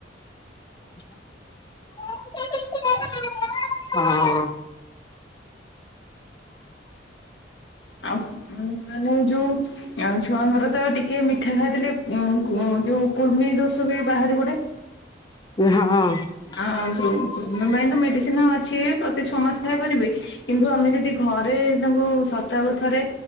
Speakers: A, on the left; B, on the left.
A: <unintelligible>
B: ଆଉ ଉଁ ମାନେ ଯୋଉ ଆଁ ଛୁଆଙ୍କର ତ ଟିକେ ମି ଠା ଖାଇଦେଲେ ଉଁ ଉଁ ଯୋଉ କୁର୍ମି ଦୋଷ ବି ବାହାରି ପଡ଼େ।
A: ଏ ହଁ। ହଁ।
B: ଆଉ କୃମ କୃମିପାଇଁ ତ ମେଡିସିନ ଅଛି ପ୍ରତି ଛଅ ମାସ ଖାଇ ପାରିବେ। କିନ୍ତୁ ଆମେ ଯଦି ଘରେ ତାଙ୍କୁ ସପ୍ତାହ ଥରେ